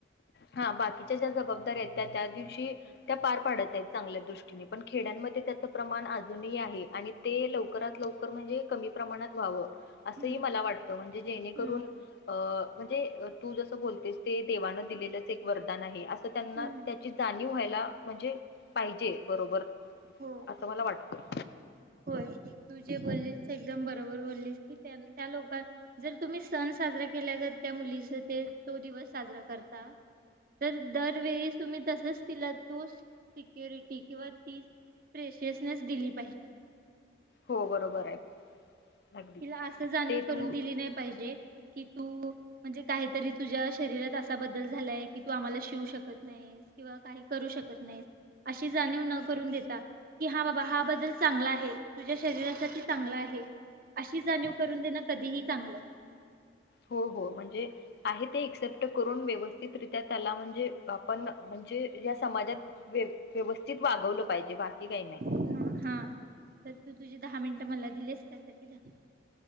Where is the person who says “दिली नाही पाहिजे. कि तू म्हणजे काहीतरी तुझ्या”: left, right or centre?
Right